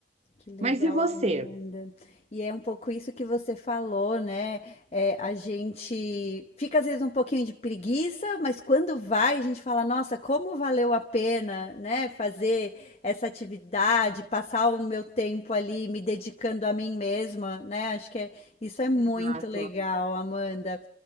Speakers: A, on the left; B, on the right.
A: Que legal,
B: Mas e você?
A: Amanda. E é um pouco isso que você falou, né? É, a gente fica às vezes um pouquinho de preguiça, mas quando vai, a gente fala, nossa, como valeu a pena, né? Fazer essa atividade, passar o meu tempo ali me dedicando a mim mesma, né? Acho que é, isso é muito
B: Exato.
A: legal, Amanda.